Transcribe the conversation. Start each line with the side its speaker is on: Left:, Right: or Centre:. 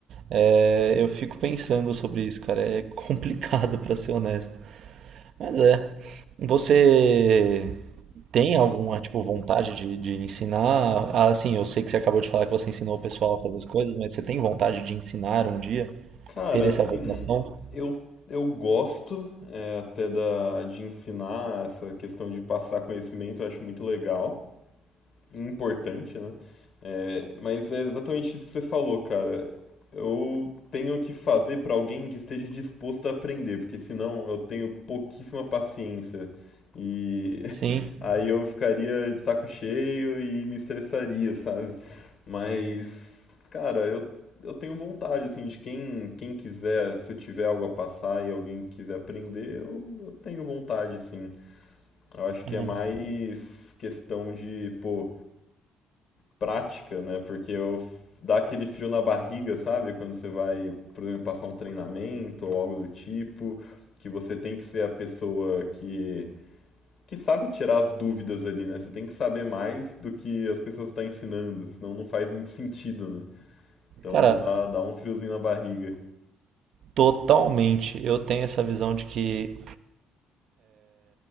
Right: É, eu fico pensando sobre isso, cara. É complicado, <laughs> para ser honesto. Mas é. Você tem alguma, tipo, vontade de, de ensinar? Ah, assim, eu sei que você acabou de falar que você ensinou o pessoal a fazer as coisas, mas você tem vontade de ensinar um dia?
Left: Cara,
Right: Ter essa
Left: assim,
Right: vocação?
Left: eu, eu gosto é, até da, de ensinar essa questão de passar conhecimento, eu acho muito legal importante, né? É, mas é exatamente isso que você falou, cara. Eu tenho que fazer para alguém que esteja disposto a aprender, porque senão eu tenho pouquíssima paciência. E <laughs>
Right: Sim.
Left: aí eu ficaria de saco cheio e me estressaria, sabe? Mas, cara, eu, eu tenho vontade, assim, de quem, quem quiser, se eu tiver algo a passar e alguém quiser aprender, eu, eu tenho vontade, sim. Eu acho que
Right: É.
Left: é mais questão de, pô, prática, né? Porque eu dá aquele frio na barriga, sabe? Quando você vai, por exemplo, passar um treinamento ou algo do tipo, que você tem que ser a pessoa que que sabe tirar as dúvidas ali, né? Você tem que saber mais do que as pessoas estão ensinando, senão não faz muito sentido, né? Então
Right: Cara,
Left: dá, dá um friozinho na barriga.
Right: totalmente. Eu tenho essa visão de que